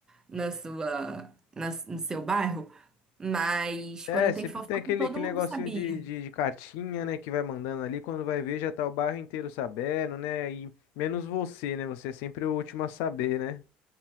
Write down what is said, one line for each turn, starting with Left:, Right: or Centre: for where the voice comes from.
Right: na sua, na- no seu bairro, mas
Left: É,
Right: quando
Left: sempre
Right: tem fofoca,
Left: tem aquele,
Right: todo
Left: aquele
Right: mundo
Left: negocinho
Right: sabia.
Left: de, de, de cartinha, né, que vai mandando ali, quando vai ver já tá o bairro inteiro sabendo, né, e menos você, né, você é sempre o último a saber, né.